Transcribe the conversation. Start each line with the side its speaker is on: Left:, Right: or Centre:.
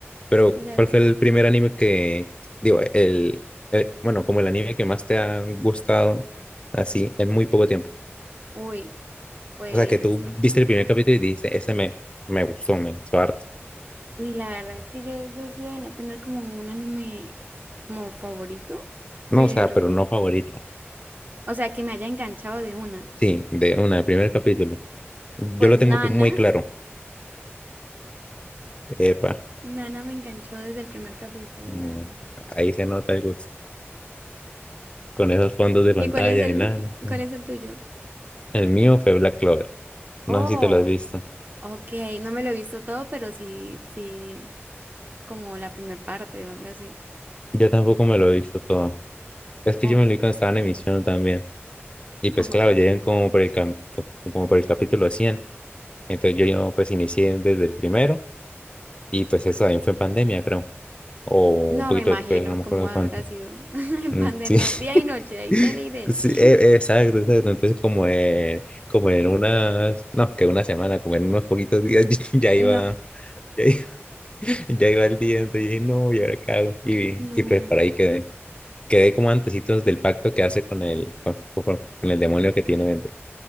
Left: Pero,
Right: La
Left: ¿cuál
Right: verdad
Left: fue
Right: es que
Left: el
Right: sí.
Left: primer anime que, digo, el, el- bueno, como el anime que más te ha gustado así en muy poco tiempo?
Right: Uy, pues,
Left: O sea, que tú viste el primer capítulo y dijiste, ese me, me gustó, me gustó harto.
Right: uy, la verdad es que yo, yo he sido de no tener como un anime como favorito,
Left: No,
Right: pero,
Left: o sea, pero no favorito.
Right: o sea, que me haya enganchado de una.
Left: Sí, de una, el primer capítulo. Yo
Right: Pues
Left: lo tengo
Right: nana.
Left: que- muy claro. Epa,
Right: Nana me enganchó desde el primer capítulo,
Left: no,
Right: la verdad.
Left: ahí se nota algo con esos fondos de pantalla
Right: ¿Y cuál es el,
Left: y nada. no, no.
Right: cuál es el tuyo?
Left: El mío fue Black Clover.
Right: Oh,
Left: No sé si te lo has visto.
Right: ok, no me lo he visto todo, pero sí, sí, como la primer parte o algo así.
Left: Yo tampoco me lo he visto todo. Es que
Right: Oh,
Left: yo me lo vi cuando estaba en emisión también. Y pues
Right: a Juan
Left: claro,
Right: madre.
Left: ya iban como por el, cam- como por el capítulo 100. Entonces yo, yo pues inicié desde el primero y pues eso también fue en pandemia, creo. O
Right: No
Left: un poquito
Right: me imagino
Left: después, no me
Right: cómo
Left: acuerdo
Right: habrá
Left: cuánto.
Right: sido <laughs> en
Left: Mm,
Right: pandemia,
Left: Sí, <laughs>
Right: día y noche, ahí dele y dele.
Left: sí,
Right: <laughs>
Left: e- exacto, exacto. Entonces como, eh, como en unas, no, que una semana, como en unos poquitos días <laughs> ya iba,
Right: No.
Left: ya iba, <laughs> ya iba el día. Entonces dije, no, ¿y ahora qué hago? Y,
Right: No.
Left: y pues para ahí quedé. Quedé como antecitos del pacto que hace con el, con, con- con el demonio que tiene dentro.